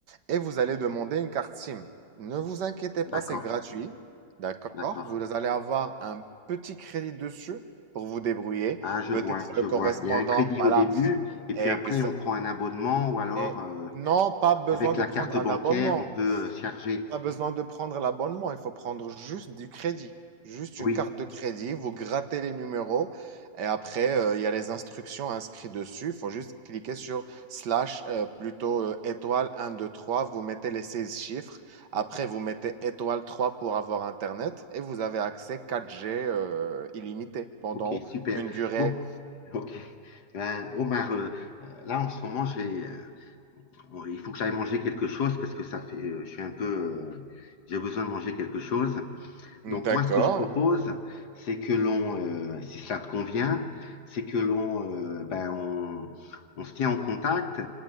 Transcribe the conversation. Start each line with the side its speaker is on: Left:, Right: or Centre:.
Right: et vous allez demander une carte SIM. Ne vous inquiétez pas,
Left: d'accord,
Right: c'est gratuit. D'accord?
Left: d'accord.
Right: Vous allez avoir un petit crédit dessus pour vous débrouiller.
Left: Ah, je
Right: Peut-être
Left: vois,
Right: le
Left: je
Right: correspondant.
Left: vois. Il y a un crédit
Right: Voilà.
Left: au début, et puis
Right: Ex-
Left: après, on prend un abonnement, ou alors,
Right: et
Left: euh,
Right: non, pas besoin
Left: avec
Right: de
Left: la
Right: prendre
Left: carte bancaire,
Right: un abonnement.
Left: on peut euh, charger.
Right: Pas besoin de prendre l'abonnement, il faut prendre juste du crédit. Juste
Left: Oui,
Right: une carte de crédit, vous grattez les numéros et après, euh, il y a les instructions inscrites dessus. Il faut juste cliquer sur slash, euh, plutôt euh, étoile un 2 3. vous mettez les 16 chiffres. Après,
Left: ok,
Right: vous mettez étoile 3 pour avoir Internet et vous avez accès quatre g euh, illimité pendant
Left: ok, super.
Right: une durée.
Left: Bon, ok. Ben, Omar, euh, euh, là, en ce moment, j'ai... euh, Bon, il faut que j'aille manger quelque chose parce que ça fait, euh, je suis un peu, euh, j'ai besoin de manger quelque chose.
Right: D'accord.
Left: Donc moi, ce que je propose, c'est que l'on, euh, si ça te convient, c'est que l'on, euh, ben, on, on se tient en contact